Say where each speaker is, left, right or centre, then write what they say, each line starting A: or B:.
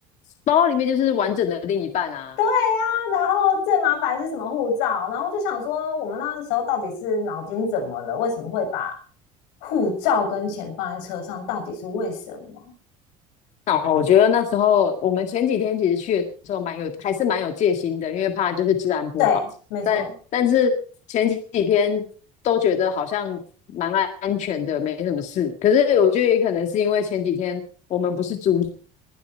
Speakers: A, on the left; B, on the left.
A: 包包里面就是完整的另一半啊。
B: 对啊，然后最麻烦是什么护照？然后就想说，我们那时候到底是脑筋怎么了？为什么会把护照跟钱放在车上？到底是为什么？
A: 那我觉得那时候我们前几天其实去的时候蛮有，还是蛮有戒心的，因为怕就是治安不好。
B: 对，没错，
A: 但但是前几天都觉得好像蛮安安全的，没什么事。可是我觉得也可能是因为前几天我们不是租